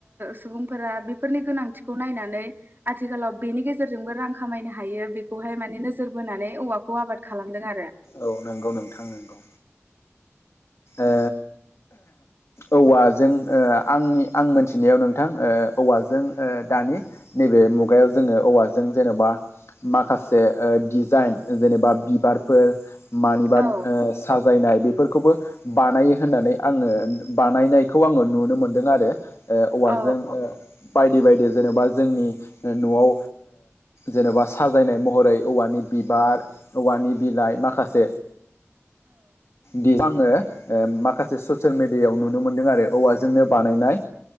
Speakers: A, on the right (about 45°); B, on the left (about 70°).
A: सुबुंफोरा बेफो ओ सुबुंफोरा गोनांथिखौ नायनानै आथिखालाव बेनि गेजेरजोंबो रां खामायनो हायो बेखौहाय माने नोजोर बोनानै औवाखौ आबाद खालामदों आरो
B: औ नंगौ नोंथां नंगौ। ओ। औवाजों आंनि आं मोनथिनायाव नोंथां औवाजों दानि नैबे बे मुगायाव जोङो औवाजों जेन'बा माखासे दिजाइन जेनेबा बिबारफोर मानिबा
A: औ
B: साजायनाय बेफोरखौबो बानायो होननानै आङो बानायनायखौ आङो नुनो मोनदों आरो। ओ औवाजों
A: औ
B: ओ बायदि-बायदि जेन'बा जोंनि न'आव ओ जेनेबा साजायनाय महरै औवानि बिबार औवानि बिलाइ माखासे दिखांङो ओ माखासे ससियेल मेडियायाव नुनो मोनदों आरो औवाजोंनो बानायनाय